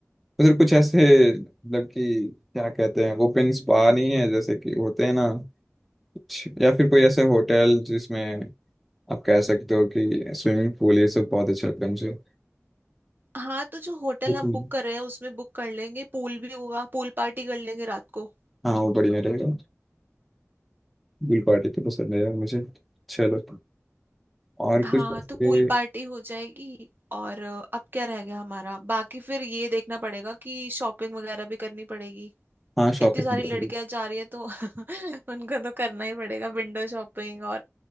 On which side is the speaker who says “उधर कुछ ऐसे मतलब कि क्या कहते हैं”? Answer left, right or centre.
Centre